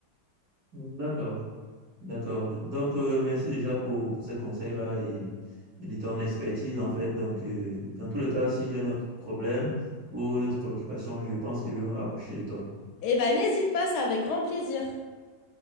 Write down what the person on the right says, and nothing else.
Hmm, D'accord. D'accord. Donc, euh, merci déjà pour, pour ces conseils-là et, et de ton expertise, en fait. Donc, euh, dans tous les cas, si j'ai un autre problème ou une autre préoccupation, je pense que je vais me rapprocher de toi.